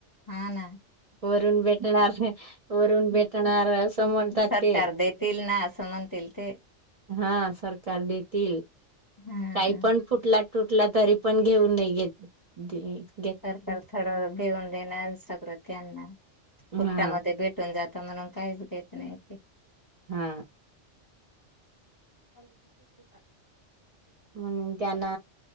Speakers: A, on the left; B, on the right.
A: हा ना
B: वरून भेटणार अहं वरून भेटणार अस म्हणतात
A: सरकार
B: ते
A: देतील ना असं म्हणतील ते
B: हा. सरकार देतील
A: हा
B: काही पण फुटला टूटला तरी पण घेऊन नाही येत
A: सरकार थोडं देऊन देण्या सगळं त्यांना, फुकटामध्ये
B: हा
A: भेटून जातं म्हणून काहीच भे नेह ते.
B: ह.
A: अ <unintelligible>
B: म त्यांना